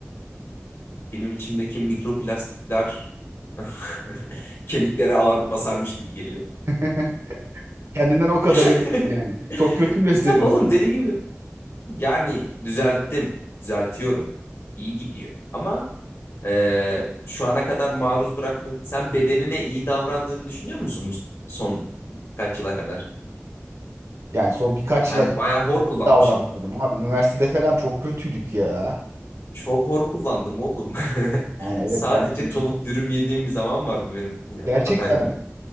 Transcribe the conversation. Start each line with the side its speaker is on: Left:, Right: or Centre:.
Left: Benim içimdeki mikroplastikler <laughs> kemiklere ağır basarmış gibi geliyor.
Right: <laughs> Kendinden o kadar
Left: <laughs>
Right: eminsin yani. Çok kötü mü besleniyorsun
Left: E, Tabii oğlum
Right: o kadar?
Left: deli gibi. Yani düzelttim, düzeltiyorum. İyi gidiyor. Ama Ee, şu ana kadar maruz bıraktın. Sen bedenine iyi davrandığını düşünüyor musun bu son kaç yıla kadar?
Right: Yani son birkaç
Left: Ben
Right: yıla kadar
Left: bayağı hor kullanmışım.
Right: davranıyordum abi. Üniversitede falan çok kötüydük ya.
Left: Çok hor kullandım oğlum. <laughs>
Right: Yani evet
Left: Sadece
Right: ben de aynı
Left: tavuk
Right: şey.
Left: dürüm yediğim bir zaman vardı benim ya,
Right: Gerçekten
Left: Hatay'da.
Right: mi?